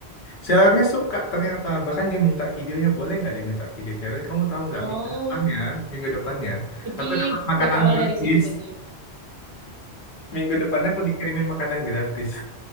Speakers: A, on the left; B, on the right.
A: Sellernya suka ternyata. Bahkan dia minta videonya. Boleh nggak diminta videonya? Dan kamu tahu nggak
B: Oh,
A: minggu depannya, minggu depannya,
B: jadi
A: aku dapat makanan
B: berawal
A: gratis.
B: dari situ ya.
A: Minggu depannya aku dikirimin makanan gratis.